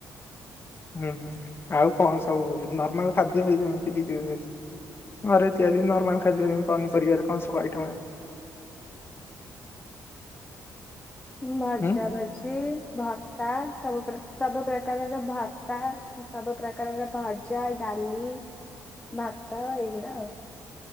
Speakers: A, on the left; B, on the left.
A: ହୁଁ ହୁଁ ଆଉ କଣ ସବୁ ନର୍ମାଲ ଖାଦ୍ୟ ଏଇ ଯେମିତି କି ଘରେ ତିଆରି ନର୍ମାଲ ଖାଦ୍ୟ ଇ ପନିପରିବାରେ କଣ ସବୁ ଆଇଟମ
B: ଭଜା
A: ହୁଁ
B: ଭଜିି ଭା ର୍ତା ସବୁ ସବୁ ପ୍ରକାରର ଭାର୍ତା, ସବୁ ପ୍ରକାରର ଭଜା, ଡାଲି ଭାତ ଏଇଗୁଡା ଆଉ।